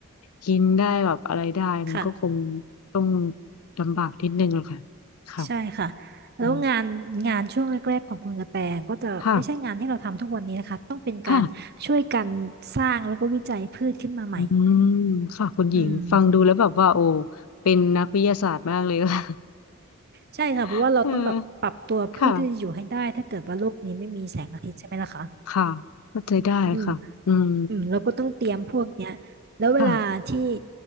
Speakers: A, on the left (about 80°); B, on the right (about 45°).
A: กินได้แบบอะไรได้มันก็คง
B: ค่ะ
A: ต้องลำบากนิดนึงแหละค่ะค่ะ
B: ใช่ค่ะแล้วงานงานช่วงแรกๆของคุณกระแตก็จะไม่ใช่งานที่เราทำทุกวันนี้นะคะต้องเป็นการช่วยกันสร้างแล้วก็วิจัยพืชขึ้นมาใหม่
A: อืมค่ะค่ะ อืมค่ะคุณหญิงฟังดูแล้วแบบว่าโอ้
B: อืม
A: เป็นนักวิทยาศาสตร์มากเลย <laughs> ค่ะ
B: ใช่ค่ะเพราะว่าเราต้องแบบปรับตัวเพื่อที่จะอยู่ให้ได้ถ้าเกิดว่าโลกนี้ไม่มีแสงอาทิตย์ใช่ไหมล่ะคะ
A: <laughs> เออค่ะค่ะเข้าใจได้ค่ะอืม
B: อืมอืมเราก็ต้องเตรียมพวกเนี้ยแล้วเวลาที่
A: ค่ะ